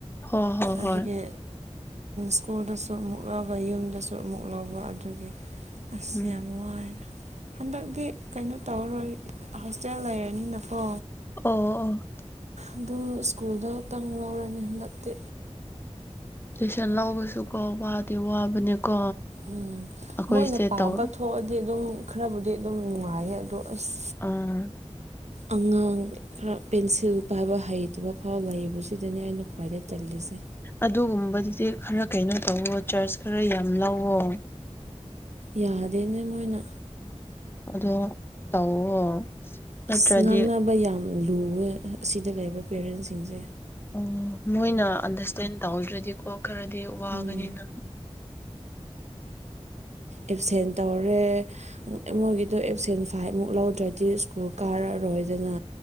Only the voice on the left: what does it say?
ꯍꯣꯏ ꯍꯣꯏ
ꯍꯣꯏ
ꯎꯝ
ꯑꯣ ꯑꯣ
ꯇꯨꯏꯁꯟ ꯂꯧꯕꯁꯨ ꯀꯣ ꯋꯥꯗꯤ ꯋꯥꯕꯅꯦꯀꯣ
ꯑꯩꯈꯣꯏꯁꯦ
ꯇꯧ
ꯑꯥ
ꯑꯗꯨꯒꯨꯝꯕꯗꯨꯗꯤ ꯈꯔ ꯀꯩꯅꯣ ꯇꯧꯋꯣ ꯆꯥꯔꯖ ꯈꯔ ꯌꯥꯝ ꯂꯧꯋꯣ
ꯑꯗꯣ ꯇꯧꯋꯣ ꯅꯠꯇ꯭ꯔꯗꯤ
ꯑꯣ ꯃꯣꯏꯅ ꯑꯟꯗꯔꯁꯇꯦꯟ ꯇꯧꯗ꯭ꯔꯗꯤꯀꯣ ꯈꯔꯗꯤ ꯋꯥꯒꯅꯤꯗ